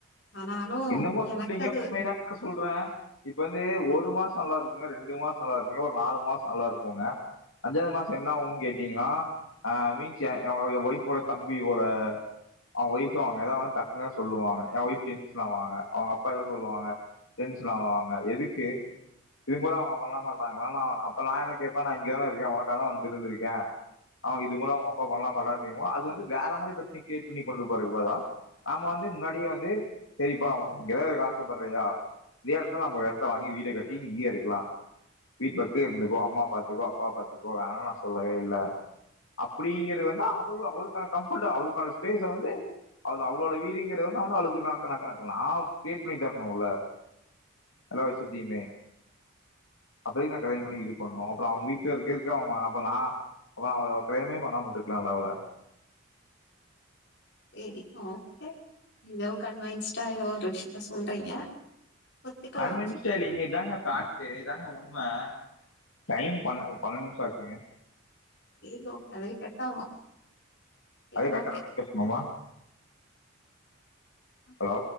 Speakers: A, on the left; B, on the left.
A: ஆனாலு
B: என்னமோ
A: எனக்கு
B: சொல்லீங்க
A: அது
B: உண்மைதான சொல்ற இப்ப வந்து ஒரு மாசம் நல்லா இருக்குங்க ரெண்டு மாசம் நல்லா இருக்குங்க ஒரு நாலு மாசம் நல்லா இருக்கும்ங்க அஞ்சாவது மாசம் என்ன ஆகுன்னு கேட்டீங்கன்னா ஆ மீன்ஸ் எ ஒய்ஃப் ஓட தம்பியோட அவங்க ஒய்ஃப் அவங்க ஏதாவது டக் சொல்லுவாங்க என் ஒய்ஃப் டென்ஷன் ஆவாங்க அவங்க அப்பா எத சொல்லுவாங்க டென்ஷன் ஆவாங்க எதுக்கு இது கூட அவங்க பண்ண மாட்டாங்களா அப்ப நான் என்ன கேப்ப நான் இங்க தான இருக்கே உனக்காக தான் வந்து இருந்திருக்கே அவமா இது கூட அவங்க அப்பா பண்ண மாட்டாரா கேக்கும் போது அது வந்து வேற மாதிரி பிரச்சனை கிரியேட் பண்ணி கொண்டு போறதுக் பதிலா நாம வந்து முன்னாடியே வந்து சேரிப்பா உனக்கு இங்கதா இருக்க ஆசைப்படுறியா இதே இடத்துல நம்ம ஒரு எடத்த வாங்கி வீட கட்டி இங்கேயே இருக்கலா வீட்டு பத்தே இருந்துக்கோ அம்மா பாத்துக்கோ அப்பா பாத்துக்கோ வேணானு நான் சொல்லவே இல்ல அப்படிங்கிறது வந்து அவ அவளுக்கான கம்பர்ட்ட் அவளுக்கான்பேஸ் வந்து அவளுக்கு அவளோட வீடுங்கரதா நா கிரியேட் பண்ணி தரணும்ல்ல எல்லா வசத்தமே அப்ப எதுக்கு நான் கல்யாண பண்ணி இது பண்ணு அப்புறம் அவங்க வீட்ல இருக்கிறதுக்கு அவங்க அப்புறம் நா அப்பற நான் அவள கல்யாணமே பண்ணாமா விட்டு இருக்கலாமே அவள
A: சரி ஓகே ஏதோ கண்வயன்ஸ்சிட்டா ஏதோ ஒரு விஷயத்த சொல்றீங்க ஒத்துக்கலா
B: கன்வன்ஸ்டைடா இல்லிங்க இதாங்க பேக்ட் இதாங்க உண்மை டைம் ப பன்னெண்டு நிமிஷம் ஆச்சுங்க
A: செரி ஓ அதுவே கட்டா ஆகு சேரி
B: அதுவே கட்டா
A: ஓகே
B: ஆகுற வரைக்கு பேசணுமா
A: சரி
B: ஹலோ